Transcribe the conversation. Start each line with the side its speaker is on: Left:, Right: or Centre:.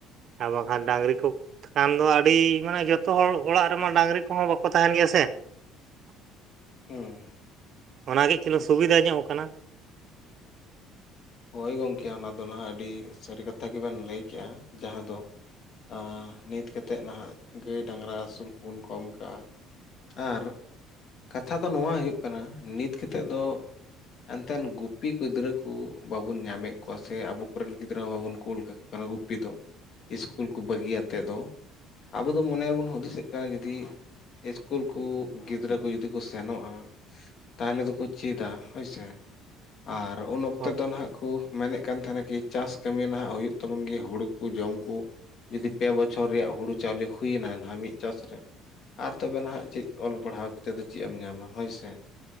Right: ᱟᱨ ᱵᱟᱝᱠᱷᱟᱱ ᱰᱟᱝᱨᱤ ᱠᱚ ᱼᱼ ᱠᱷᱟᱱ ᱫᱚ ᱟᱹᱰᱤ ᱢᱟᱱᱮ ᱡᱚᱛᱚ ᱦᱚᱲ ᱚᱲᱟᱜ ᱨᱮᱢᱟ ᱰᱟᱝᱨᱤ ᱠᱚᱦᱚᱸ ᱵᱟᱠᱚ ᱛᱟᱦᱮᱱ ᱜᱮᱭᱟ ᱥᱮ? <inaudible>
Left: ᱦᱮᱸ
Right: ᱚᱱᱟᱜᱮ ᱪᱤᱞᱮ ᱥᱩᱵᱤᱫᱷᱟ ᱧᱚᱜ ᱠᱟᱱᱟ।
Left: ᱦᱳᱭ ᱜᱚᱝᱠᱮ ᱚᱱᱟ ᱫᱚ ᱱᱟᱦᱟᱜ ᱟᱹᱰᱤ ᱥᱟᱹᱨᱤ ᱠᱟᱛᱷᱟ ᱜᱮᱵᱮᱱ ᱞᱟᱹᱭ ᱠᱮᱜᱼᱟ। ᱡᱟᱦᱟᱸ ᱫᱚ ᱼᱼ ᱟᱻ ᱱᱤᱛ ᱠᱟᱛᱮᱫ ᱱᱟᱦᱟᱜ ᱜᱟᱹᱭ ᱰᱟᱝᱨᱟ ᱟᱹᱥᱩᱞ ᱠᱚᱵᱚᱱ ᱠᱚᱢ ᱠᱟᱜᱼᱟ। ᱟᱨ, ᱠᱟᱛᱷᱟ ᱫᱚ ᱱᱚᱣᱟ ᱦᱩᱭᱩᱜ ᱠᱟᱱᱟ, ᱱᱤᱛ ᱠᱟᱛᱮᱫ ᱫᱚ ᱼᱼ ᱮᱱᱛᱮᱱ ᱜᱩᱯᱤ ᱜᱤᱫᱽᱨᱟᱹ ᱠᱚ ᱼᱼ ᱵᱟᱵᱚᱱ ᱧᱟᱢᱮᱫ ᱠᱚᱣᱟ ᱥᱮ ᱟᱵᱚ ᱠᱚᱨᱮᱱ ᱜᱤᱫᱽᱨᱟᱹ ᱦᱚᱸ ᱵᱟᱵᱚᱱ ᱠᱩᱞ ᱠᱟᱠᱚ ᱠᱟᱱᱟ ᱜᱩᱯᱤ ᱫᱚ। ᱤᱥᱠᱩᱞ ᱠᱚ ᱵᱟᱹᱜᱤᱭᱟᱛᱮ ᱫᱚ, ᱟᱵᱚ ᱫᱚ ᱢᱚᱱᱮ ᱨᱮᱵᱚᱱ ᱦᱩᱫᱤᱥᱮᱜ ᱠᱟᱱᱟ, ᱡᱩᱫᱤ ᱼᱼ ᱤᱥᱠᱩᱞ ᱠᱚ, ᱜᱤᱫᱽᱨᱟᱹ ᱠᱚ ᱡᱩᱫᱤ ᱠᱚ ᱥᱮᱱᱚᱜᱼᱟ, ᱛᱟᱦᱟᱞᱮ ᱫᱚᱠᱚ ᱪᱮᱫᱟ। ᱦᱳᱭᱥᱮ? ᱟᱨ ᱩᱱ ᱚᱠᱛᱮ
Right: ᱦᱳᱭ
Left: ᱫᱚ ᱱᱟᱦᱟᱜ ᱠᱚ ᱼᱼ ᱢᱮᱱᱮᱫ ᱠᱟᱱ ᱛᱟᱦᱮᱱᱟ ᱠᱤ ᱪᱟᱥ ᱠᱟᱹᱢᱤ ᱱᱟᱦᱟᱜ ᱦᱩᱭᱩᱜ ᱛᱟᱵᱚᱱ ᱜᱮ। ᱦᱩᱲᱩ ᱠᱚ, ᱡᱚᱢ ᱠᱚ, ᱡᱩᱫᱤ ᱯᱮ ᱵᱚᱪᱷᱚᱨ ᱨᱮᱭᱟᱜ ᱦᱩᱲᱩ ᱪᱟᱣᱞᱮ ᱦᱩᱭᱱᱟ ᱱᱦᱟᱜ ᱢᱤᱫ ᱪᱟᱥ ᱨᱮ। ᱟᱨ ᱛᱚᱵᱮ ᱱᱟᱦᱟᱜ ᱪᱮᱫ ᱚᱞ ᱯᱟᱲᱦᱟᱣ ᱼᱼ ᱛᱮᱫᱚ ᱪᱮᱫ ᱮᱢ ᱧᱟᱢᱟ ᱦᱳᱭᱥᱮ?